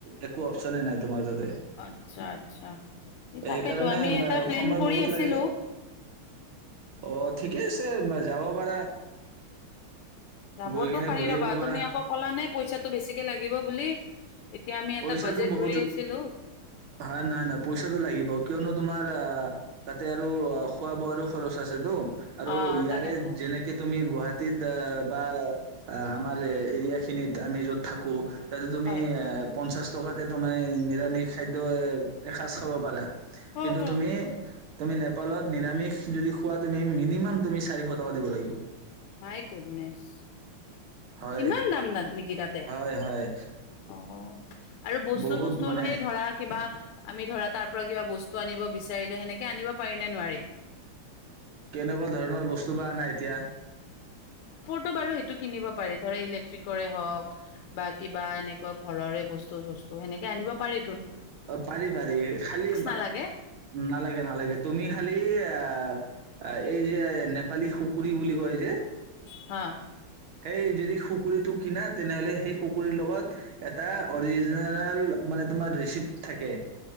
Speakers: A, on the right; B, on the left.
A: একো আপচনেই নাই তোমাৰ তাতে
B: আচ্ছা, আচ্ছা এই
A: এইকাৰণে
B: তাকেতো আমি এটা প্লেন
A: সময়
B: কৰি
A: বহুত
B: আছিলো
A: লাগে। অ' থিকে আছে ম যাব। পাৰা।
B: যাবতো
A: গৈ কেনে
B: পাৰি
A: ঘূৰি
B: ৰৱা
A: আহিব পাৰা
B: তুমি আকৌ কলানে পইছাটো বেছিকে‌ লাগিব বুলি। এতিয়া আমি
A: পইছাটো
B: এটা বাজেট
A: বহুত
B: ধৰি আছিলো
A: হয় নাই নাই পইছাটো লাগিব কিয়নো তোমাৰ অ' তাতে আৰু খোৱা বোৱাৰো খৰছ আছে তু আৰু
B: অ'
A: ইয়াৰে
B: তাকেতো
A: যেনেকে তুমি গুৱাহাটীত অ'- বা আমাৰে এৰিয়া খিনিত আমি যত থাকো। তাতে তুমি
B: হয়।
A: এ পঞ্চাশ টকাতে তুমি নিৰামিষ খাদ্য এ এসাঁজ খাব পাৰা
B: হয়
A: কিন্তু
B: হয়।
A: তুমি তুমি নেপালত নিৰামিষ যদি খোৱা। তুমি মিনিমাম তুমি চাৰিখ টকা দিব লাগিব।
B: মাই গূদনেছ,
A: হয়
B: ইমান দাম তাত নেকি তাতে,
A: হয় হয়
B: অহ আৰু বস্তু‌
A: বহুত
B: থস্তু
A: মানে
B: এই ধৰা কিবা, আমি ধৰা তাৰপৰা কিবা বস্তু আনিব বিছাৰিলে সেনেকে আনিব পাৰি নে নোৱাৰি।
A: কেনেবা ধৰণৰ বস্তু বা আনে এতিয়া,
B: তু বাৰু সেইটো কিনিব পাৰি ধৰা ইলেকট্ৰিকৰে হওক বা কিবা এনে, ক ঘৰৰে বস্তু থস্তু সেনেকে আনিব পাৰি
A: অ পাৰি পাৰি খালি
B: নালাগে
A: নালাগে নালাগে তুমি খালি অ অ' এই যে নেপালী খুকৰী বুলি কয় যে,
B: অ
A: সেই যদি খুকৰীটো কিনা তেনেহলে সেই খুকৰীৰ লগত, এটা অৰিজিনেল মানে, তোমাৰ দুইচিপ থাকে